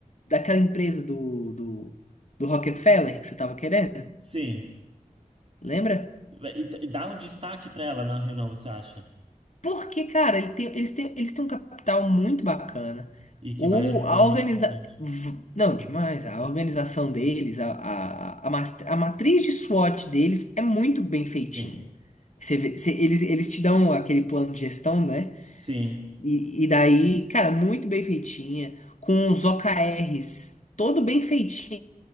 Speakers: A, on the left; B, on the right.
A: daquela empresa do, do, do Rockefeller que você tava querendo.
B: Sim.
A: Lembra?
B: E, e dá um destaque pra ela na reunião, você acha?
A: Porque, cara, ele tem- eles têm, eles têm um capital muito bacana.
B: E que
A: O,
B: vai ajudar
A: a
B: a gente
A: organiza...
B: bastante.
A: v- Não, demais. A organização deles, a, a, a, mas- a matriz de SWOT deles é muito bem feitinha.
B: Sim.
A: Você vê- você- eles, eles te dão aquele plano de gestão, né?
B: Sim.
A: E, e daí, cara, muito bem feitinha. Com os OKRs, todo bem feitinho,